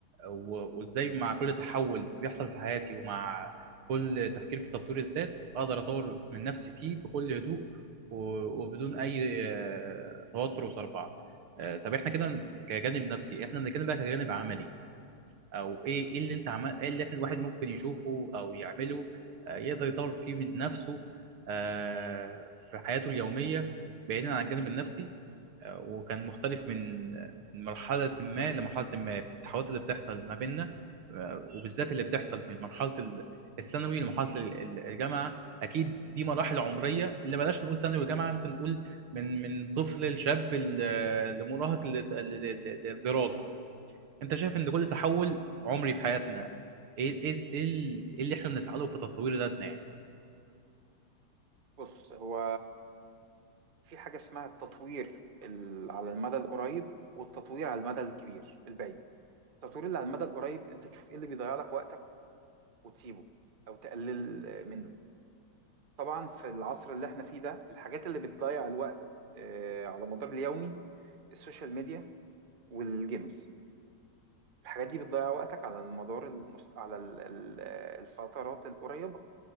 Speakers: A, on the right; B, on the right.
A: و- وازاي مع كل تحول بيحصل في حياتي ومع كل تفكير في تطوير الذات اقدر اطور من نفسي فيه بكل هدوء و- وبدون اي آه، توتر وصربعة آه، طب احنا كده كجانب نفسي احنا بنتكلم بقى كجانب عملي او ايه ايه اللي انت عمل ايه اللي احنا الواحد ممكن يشوفه او يعمله آه، يقدر يطور فيه من نفسه آه، في حياته اليومية بعيدا عن الجانب النفسي آه، وكان مختلف من من مرحلة ما لمرحلة ما في التحولات اللي بتحصل ما بيننا آه، وبالذات اللي بتحصل من مرحلة ال- الثانوي لمرحلة ال- ال- الجامعة أكيد دي مراحل عمرية اللي بلاش نقول ثانوي وجامعة ممكن نقول من من طفل لشاب ل- لمراهق ل- ل- ل- للدراج انت شايف ان كل تحول عمري في حياتنا ايه ايه ايه ال- إيه اللي احنا بنسعى له في تطوير ذاتنا يعني
B: بص هو في حاجة اسمها التطوير ال- على المدى القريب والتطوير على المدى الكبير البعيد التطوير اللي على المدى القريب انت تشوف ايه اللي بيضيع لك وقتك وتسيبه او تقلل آه، منه طبعا في العصر اللي احنا فيه ده الحاجات اللي بتضيع الوقت آه، على مدار اليومي السوشيال ميديا والجيمز الحاجات دي بتضيع وقتك على المدار المست... على ال- ال- آه، الفترات القريبة